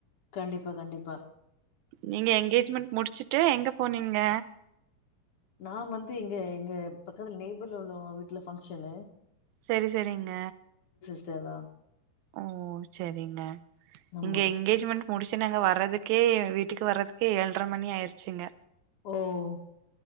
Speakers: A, on the left (about 50°); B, on the right (about 85°).
A: கண்டிப்பா கண்டிப்பா
B: நீங்க என்ங்கேஜ்மென்ட் முடிச்சுட்டு எங்க போனீங்க
A: நான் வந்து இங்க எங்க பக்கத்துல நேய்பல் உள்ளவுங்க வீட்டுல பங்க்ஷன்னு
B: சரி சரிங்க
A: செர்தா
B: ஓ சேரிங்க
A: ஆமா
B: இங்க என்ங்கேஜ்மெண்ட் முடிச்சு நாங்க வர்றதிக் கே வீட்டுக்கு வர்றதுக்கே ஏழ்ர மணி ஆயிருச்சிங்க
A: ஓ